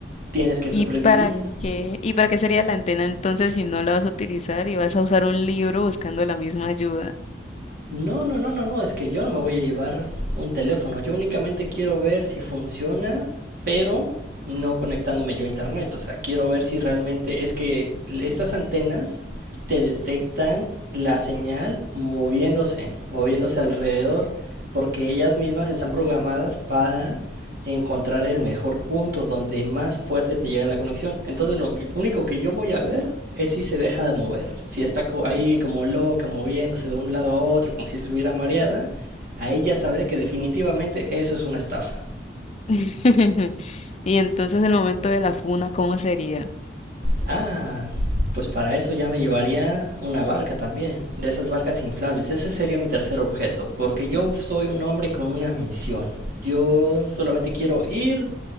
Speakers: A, on the right; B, on the left.
A: tienes que
B: ¿Y
A: sobrevivir.
B: para qué? ¿Y para qué sería la antena entonces si no la vas a utilizar y vas a usar un libro buscando la misma ayuda?
A: No, no, no, no, no, es que yo no me voy a llevar un teléfono, yo únicamente quiero ver si funciona, pero no conectándome yo a internet, o sea, quiero ver si realmente es que estas antenas te detectan la señal moviéndose, moviéndose alrededor, porque ellas mismas están programadas para encontrar el mejor punto donde más fuerte te llega la conexión. Entonces lo único que yo voy a ver es si se deja de mover. Si está ahí como loca, moviéndose de un lado a otro, como si estuviera mareada, ahí ya sabré que definitivamente eso es una estafa.
B: <laughs> Y entonces el momento de la funa, ¿cómo sería?
A: Ah, pues para eso ya me llevaría una barca también, de esas barcas inflables. Ese sería mi tercer objeto, porque yo soy un hombre con una misión. Yo solamente quiero ir,